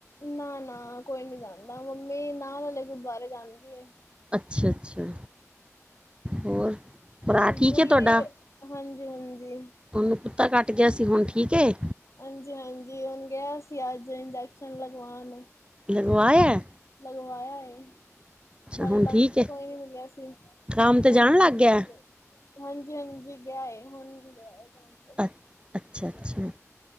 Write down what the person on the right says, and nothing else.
ਅੱਛਾ-ਅੱਛਾ ਹੋਰ- ਭਰਾ ਠੀਕ
ਹੈ ਤੁਹਾਡਾ
ਉਹਨੂੰ ਕੁੱਤਾ ਕੱਟ ਗਿਆ ਸੀ ਹੁਣ ਠੀਕ ਏ
ਲਗਵਾਆ ਆਇਆ।
ਹੁਣ
ਠੀਕ ਏ
ਕੰਮ ਤੇ ਜਾਣ ਲੱਗ
ਗਿਆ
ਅੱ ਅਛਾ- ਅਛਾ